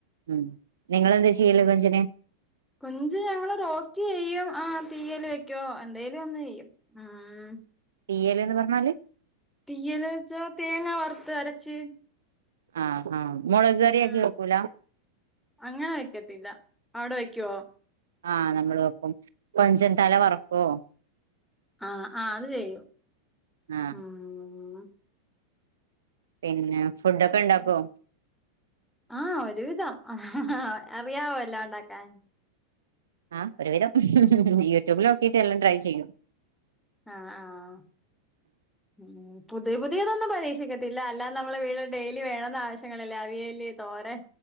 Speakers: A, on the right; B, in the centre.
A: ഉം നിങ്ങളെന്താ ചെയ്യല് കൊഞ്ചിനെ?
B: കൊഞ്ച് ഞങ്ങള് റോസ്റ്റ് ചെയ്യും. ആ തീയല് വെയ്ക്കോ എന്തേലും ഒന്ന് ചെയ്യും. ഉം
A: തീയലെന്ന് പറഞ്ഞാല്
B: തീയല് വെച്ചാ തേങ്ങ വറുത്ത് അരച്ച്
A: ആഹ് ആഹ് മുളക് കറിയൊക്കെ
B: ആ
A: വെക്കൂല
B: അങ്ങനെ വെക്കത്തില്ല അവിടെ വെക്കുവോ
A: ആഹ് നമ്മള് വെക്കും കൊഞ്ചൻ തല വറക്കോ
B: ആഹ് ആഹ് അത് ചെയ്യും
A: ആ
B: ഉം
A: പിന്നെ ഫുഡൊക്കെ ഉണ്ടാക്കുവോ
B: ആഹ് ഒരുവിധം അറിയാവോ വെല്ലോം ഉണ്ടാക്കാൻ
A: ആഹ് ഒരുവിധം യൂട്യൂബിൽ നൊക്കിട്ട് എല്ലാം ട്രൈ ചെയ്യും
B: ആഹ് ആഹ് മ് പുതിയ പുതിയതൊന്നും പരീക്ഷിക്കത്തില്ല അല്ലാതെ നമ്മള് വീട്ടില് ഡെയിലി വേണന്ന ആവശ്യങ്ങളില്ലേ അവിയല് തോരൻ